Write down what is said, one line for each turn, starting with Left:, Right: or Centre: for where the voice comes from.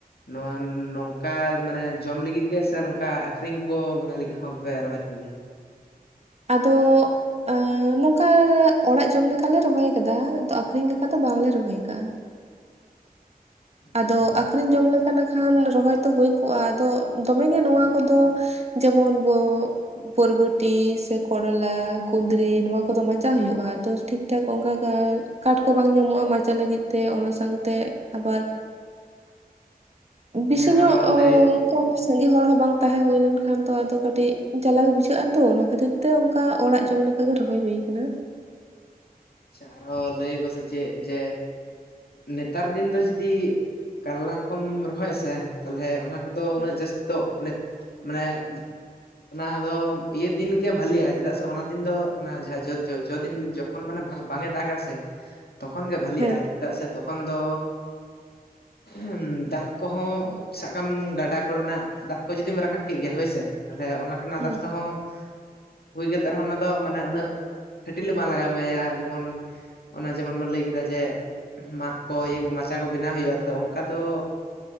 Left: ᱱᱚᱣᱟ ᱱᱚᱝᱠᱟ ᱢᱟᱱᱮ ᱡᱚᱢ ᱞᱟᱹᱜᱤᱫ ᱜᱮ ᱥᱮ ᱱᱚᱝᱠᱟ ᱟᱹᱠᱷᱨᱤᱧ ᱠᱚ ᱵᱟᱲᱟᱭ ᱞᱟᱹᱜᱤᱫ ᱦᱚᱸᱯᱮ ᱨᱚᱦᱚᱭ ᱛᱟᱦᱮᱱ ᱜᱮᱭᱟ
Right: ᱟᱫᱚ ᱟ. ᱱᱚᱝᱠᱟ ᱚᱲᱟᱜ ᱡᱚᱢ ᱞᱮᱠᱟᱞᱮ ᱨᱚᱦᱚᱭ ᱟᱠᱟᱫᱟ ᱟ. ᱠᱷᱨᱤᱧ ᱞᱮᱠᱟ ᱫᱚ ᱵᱟᱝᱞᱮ ᱨᱚᱦᱚᱭ ᱠᱟᱜ-ᱟ᱾
Left: ᱟᱪᱪᱷᱟ
Right: ᱟᱫᱚ ᱟ. ᱠᱷᱨᱤᱧ ᱡᱚᱢ ᱞᱮᱠᱟ ᱱᱟᱠᱷᱟᱱ ᱨᱚᱦᱚᱭ ᱛᱚ ᱦᱩᱭ ᱠᱚᱜᱼᱟ ᱟᱫᱚ ᱫᱚᱢᱮᱜᱮ ᱱᱚᱣᱟ ᱠᱚᱫᱚ ᱡᱮᱢᱚᱱ ᱵᱚ ᱯᱚᱨᱵᱚᱴᱤ ᱥᱮ ᱠᱚᱨᱚᱞᱟ, ᱠᱩᱸᱫᱽᱨᱤ ᱱᱚᱣᱟ ᱠᱚᱫᱚ ᱢᱟᱪᱟᱜ ᱦᱩᱭᱩᱜᱼᱟ ᱛᱚ ᱴᱷᱤᱠ -ᱴᱷᱟᱠ ᱚᱱᱠᱟ ᱠᱟᱴ ᱠᱚ ᱵᱟᱝ ᱧᱟᱢᱚᱜᱼᱟ ᱢᱟᱪᱟᱜ ᱞᱟᱹᱜᱤᱫ ᱛᱮ ᱚᱱᱟ ᱥᱟᱶᱛᱮ ᱟᱵᱟᱨ ᱵᱮᱥᱤ
Left: ᱦᱮᱸ
Right: ᱧᱚᱜ
Left: ᱟᱨᱚ
Right: ᱚᱱᱠᱟ
Left: ᱞᱟᱹᱭ
Right: ᱥᱟᱸᱜᱮ ᱦᱚᱲ ᱦᱚᱸ ᱵᱟᱝ ᱛᱟᱦᱮᱸ ᱦᱩᱭ ᱞᱮᱱ ᱠᱷᱟᱱᱛ ᱟᱫᱚ ᱠᱟᱹᱴᱤᱡ ᱡᱟᱞᱟᱜᱮ ᱵᱩᱡᱷᱟᱹᱜ ᱟᱛᱚ ᱚᱱᱟ ᱠᱷᱟᱹᱛᱤᱨ ᱛᱮ ᱚᱱᱠᱟ ᱚᱲᱟᱜ ᱡᱚᱢ ᱞᱮᱠᱟᱜ ᱜᱮ ᱨᱚᱦᱚᱭ ᱦᱩᱭ ᱟᱠᱟᱱᱟ
Left: ᱟᱪᱷᱟ ᱟᱨᱚ ᱞᱟᱹᱭ ᱟᱠᱚᱥᱮ ᱪᱮᱫ ᱡᱮ ᱱᱮᱛᱟᱨ ᱫᱤᱱ ᱫᱚ ᱡᱩᱫᱤ ᱠᱟᱞᱞᱟ ᱠᱚᱢ ᱨᱚᱦᱚᱭᱟ ᱥᱮᱮ ᱛᱟᱦᱚᱞᱮ ᱚᱱᱟ ᱫᱚ
Right: ᱦᱮᱸ
Left: ᱩᱱᱟᱹᱜ ᱡᱟᱹᱥᱛᱤᱚ ᱢᱟᱱᱮ ᱚᱱᱟ ᱫᱚ ᱤᱭᱟᱹ ᱫᱤᱱᱜᱮ ᱵᱷᱟᱞᱜᱼᱟ ᱪᱮᱫᱟᱜ ᱥᱮ ᱚᱱᱟ ᱫᱤᱱ ᱫᱚ ᱚᱱᱟ ᱡᱟᱦᱟᱸ ᱡᱚᱦ ᱡᱚᱫᱤᱱ ᱡᱚᱠᱷᱚᱱ ᱢᱟᱱᱮ ᱵᱷᱟ ᱵᱟᱝ ᱮ ᱫᱟᱜ ᱥᱮ ᱛᱚᱠᱷᱚᱱ ᱜᱮ ᱵᱟᱹᱞᱤᱜᱼᱟ
Right: ᱦᱮᱸ
Left: ᱪᱮᱫᱟᱜ ᱥᱮ ᱛᱚᱠᱷᱚᱱ ᱫᱚ ᱦᱮᱸ ᱫᱟᱜ ᱠᱚᱦᱚᱸ ᱥᱟᱠᱟᱢ ᱜᱟᱰᱟ ᱠᱚᱨᱮᱱᱟᱜ ᱫᱟᱜ ᱠᱚ ᱡᱩᱫᱤᱢ ᱨᱟᱠᱟᱵ ᱠᱮᱫ ᱜᱮᱭᱟ ᱦᱳᱭᱥᱮ ᱛᱟᱦᱚᱞᱮ ᱚᱱᱟ ᱚᱱᱟ
Right: ᱦᱩᱸ
Left: ᱫᱟᱜ ᱛᱮᱦᱚᱸ ᱦᱩᱭ ᱠᱟᱛᱮ ᱨᱮᱦᱚᱸ ᱚᱱᱟ ᱫᱚ ᱩᱱᱟᱹᱜ ᱠᱟᱹᱴᱤᱞᱮ ᱵᱟᱝ ᱞᱟᱜᱟᱣ ᱢᱮᱭᱟ ᱡᱮᱢᱚᱱ ᱚᱱᱮ ᱡᱮᱢᱚᱱ ᱵᱚᱱ ᱞᱟᱹᱭ ᱠᱮᱫᱟ ᱡᱮ ᱢᱟᱜ ᱠᱚ ᱤᱭᱟᱹ ᱠᱚ ᱢᱟᱪᱟ ᱠᱚ ᱵᱮᱱᱟᱣ ᱦᱩᱭᱩᱜᱼᱟ ᱛᱚ ᱚᱱᱠᱟ ᱫᱚ